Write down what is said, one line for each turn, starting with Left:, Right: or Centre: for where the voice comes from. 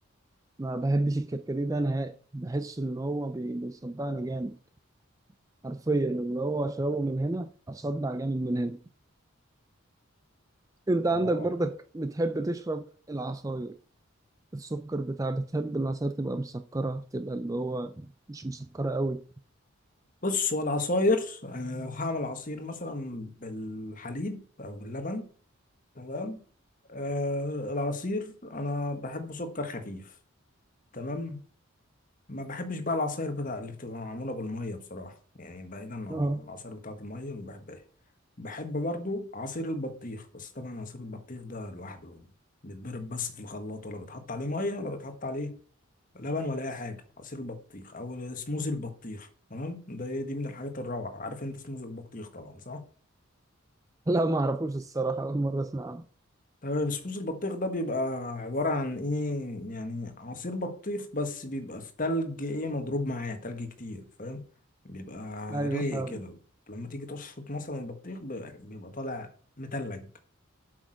Right: ما بحبش الكركديه ده نهائي بحس ان هو بي- بيصدعني جامد حرفيا اللي هو اشربه من هنا اصدع جامد من هنا انت
Left: اه
Right: عندك برضك بتحب تشرب العصاير السكر بتاع بتحب العصاير تبقى مسكرة تبقى اللي هو مش مسكرة قوي
Left: بص هو العصاير أنا لو هعمل عصير مثلا بالحليب أو باللبن تمام آه العصير انا بحب سكر خفيف تمام ما بحبش بقى العصاير بتاع اللي بتبقى معموله بالميه بصراحه يعني بعيدا عن
Right: اه
Left: العصاير بتاعه الميه ما بحبهاش بحب برضو عصير البطيخ بس طبعا عصير البطيخ ده لوحده بيتضرب بس في الخلاط ولا بيتحط عليه ميه ولا بيتحط عليه لبن ولا اي حاجه عصير البطيخ او سموزي البطيخ تمام ده إيه؟ دي من الحاجات الروعه عارف انت سموزي البطيخ طبعا صح
Right: لا ما اعرفوش الصراحة أول مرة أسمع عنه
Left: تمام سموز البطيخ ده بيبقى عبارة عن ايه يعني عصير بطيخ بس بيبقى في تلج ايه مضروب معاه تلج كتير فاهم بيبقى
Right: أيوه
Left: رايق
Right: فاهم
Left: كده لما تيجي تشفط مثلا البطيخ بيبقى بيبقى طالع متلج